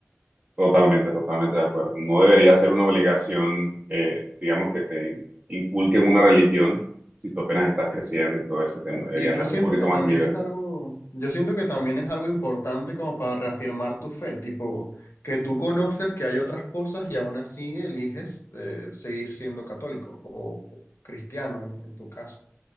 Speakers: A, on the right (about 30°); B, on the left (about 65°).
A: Totalmente, totalmente de acuerdo. No debería ser una obligación, eh, digamos, que te inculquen una religión si tú apenas estás creciendo y todo ese tema. Deberían
B: Y yo
A: darte
B: siento
A: un poquito
B: que
A: más
B: también
A: de libertad.
B: es algo, yo siento que también es algo importante como para reafirmar tu fe, tipo que tú conoces que hay otras cosas y aún así eliges eh, seguir siendo católico o cristiano en, en tu caso.